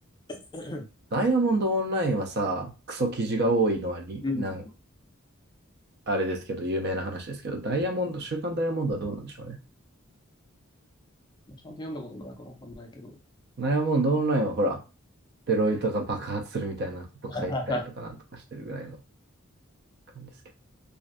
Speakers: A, on the left; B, on the right.
A: はい。<clears throat>
B: ダイヤモンドオンラインはさ、クソ記事が多いのはりなん、
A: うん。ち
B: あれですけど、有名な話ですけど、ダイヤモンド、週刊ダイヤモンドはどうなんでしょうね。
A: ゃんと読んだことないからわかんないけど。
B: ダイヤモンドオンラインはほら、デロイトが爆発するみたいなこと書いてたりとかなんとかしてるぐらいの
A: <laughs>
B: 感じですけど。